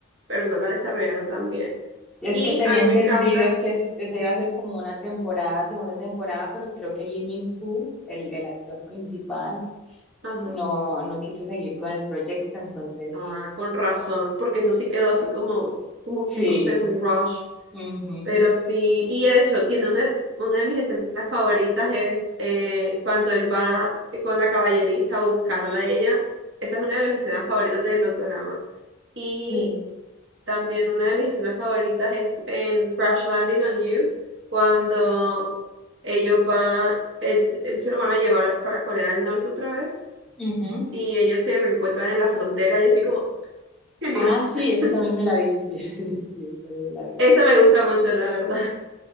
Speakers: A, on the right; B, in the centre.
A: pero no la desarrollaron tan bien.
B: Y es
A: Y
B: que tenía
A: a mí
B: entendido
A: me encanta,
B: que es- esa iba a ser como una temporada, segunda temporada, pero creo que Lee Min-ho, el, el actor principal,
A: ajá,
B: no, no quiso seguir con el proyecto, entonces,
A: ah, con razón, porque eso sí quedó así como, como
B: sí.
A: que no sé, muy rush.
B: ujú,
A: Pero sí, y eso, tiene una, una de mis escenas favoritas es eh, cuando él va con la caballeriza a buscarla a ella. Esa es una de mis escenas favoritas de los dramas. Y
B: sí,
A: también una de mis escenas favoritas es en Crash Landing on You, cuando ellos van, él, él se lo van a llevar para Corea del Norte otra vez
B: ujú.
A: y ellos se reencuentran en la frontera. Yo soy como, qué lindo.
B: Ah, sí,
A: <laughs>
B: eso también me la vi, sí, <laughs> sí, esa también me la vi.
A: Eso me gusta mucho, la verdad.